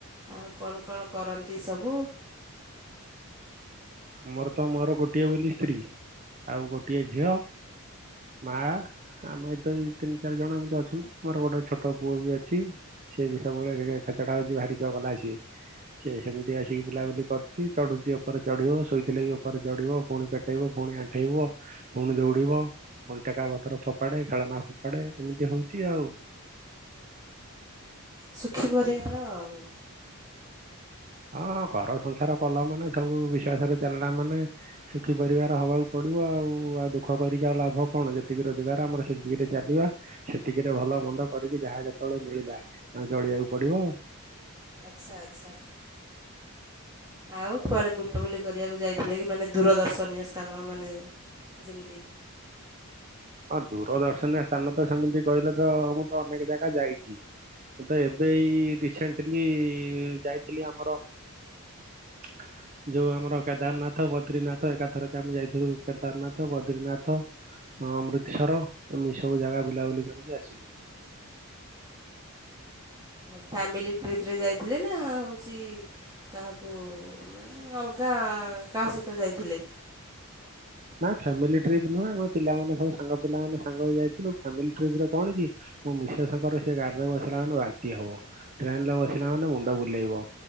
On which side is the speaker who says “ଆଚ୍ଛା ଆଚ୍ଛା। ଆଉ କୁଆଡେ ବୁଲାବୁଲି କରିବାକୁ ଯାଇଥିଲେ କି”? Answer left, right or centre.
Right